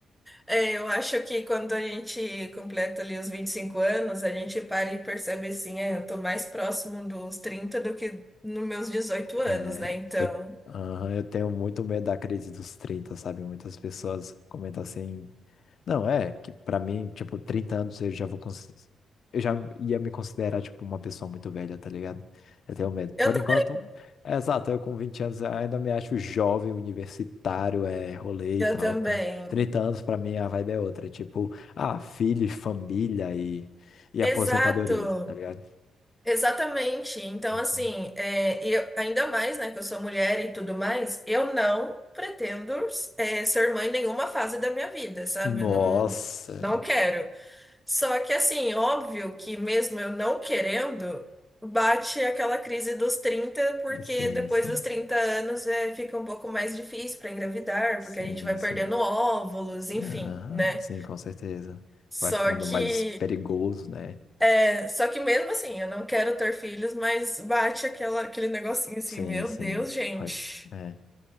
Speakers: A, in the centre; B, on the left.
A: É, eu acho que quando a gente completa ali os 25 anos, a gente para e percebe assim, é, eu tô mais próximo dos 30 do que nos meus 18
B: É,
A: anos, né? Então,
B: eu, aham, eu tenho muito medo da crise dos 30, sabe? Muitas pessoas comentam assim. Não, é que pra mim, tipo, 30 anos eu já vou. cons- Eu já ia me considerar, tipo, uma pessoa muito velha, tá ligado? Eu tenho medo.
A: eu,
B: Por
A: tam-
B: enquanto, é exato, eu com 20 anos ainda me acho jovem, universitário, é rolê
A: eu
B: e tal.
A: também.
B: 30 anos pra mim a vibe é outra. Tipo, ah, filho, e família e, e
A: Exato,
B: aposentadoria, tá ligado?
A: exatamente. Então,
B: Uhum.
A: assim, é, e eu, ainda mais, né, que eu sou mulher e tudo mais, eu não pretendo, é, ser mãe em nenhuma fase da minha vida, sabe?
B: Nossa,
A: Não, não quero. Só que assim, óbvio que mesmo eu não querendo, bate aquela crise dos 30 porque
B: sim,
A: depois
B: sim.
A: dos 30 anos é, fica um pouco mais difícil para engravidar,
B: Sim,
A: porque a gente vai perdendo
B: sim.
A: óvulos, enfim,
B: Aham,
A: né?
B: sim, com certeza.
A: Só
B: Vai ficando
A: que,
B: mais perigoso, né?
A: é, só que mesmo assim, eu não quero ter filhos, mas bate aquela, aquele negocinho assim,
B: Sim,
A: meu
B: sim.
A: Deus, gente.
B: Pode. É.